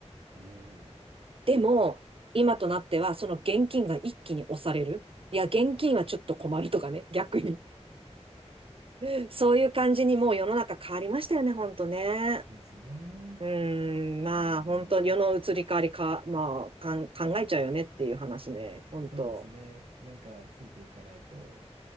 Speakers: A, on the right; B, on the right.
A: うん、
B: でも、今となっては、その現金が一気に押される。いや、現金はちょっと困るとかね、逆に。<laughs> そういう感じにもう世の中変わりましたよね、ほんとね。
A: そうですね。
B: うーん、まあ、
A: うん、
B: 本当世の移り変わりか、まあ、かん、考えちゃうよねっていう話ね、本当
A: そうですね。なんか、ついていかないと。